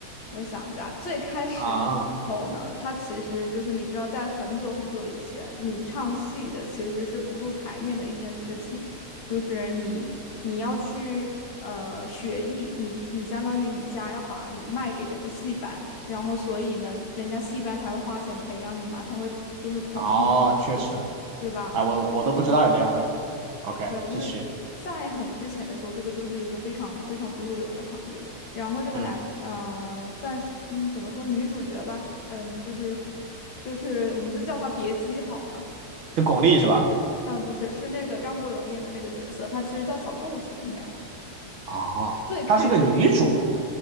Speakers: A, on the left (about 60°); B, on the right (about 65°).
A: 我想一下，最开始的时候呢，
B: 啊，
A: 他其实就是你知道，在很久很久以前，你唱戏的其实是不入台面的一件事情，就是你你要去呃学艺，你你相当于你家要把你卖给整个戏班，然后所以呢，人家戏班才会花钱培养你嘛，才会就是捧你。
B: 哦，确实。
A: 对吧？
B: 哎，我我都不知道有这样的。OK，
A: 对，
B: 继续，
A: 因为在很之前的时候，这个就是一个非常非常不入流的行业。然后这个男，
B: 嗯，
A: 呃，算是嗯，怎么说女主角吧，嗯，就是 <laughs> 就是我们就叫她别姬好了。
B: 是巩俐是吧？
A: 嗯，不是，是那个张国荣演的那个角色，他其实叫小豆子，应该
B: 哦，
A: 最开，
B: 她是个女主。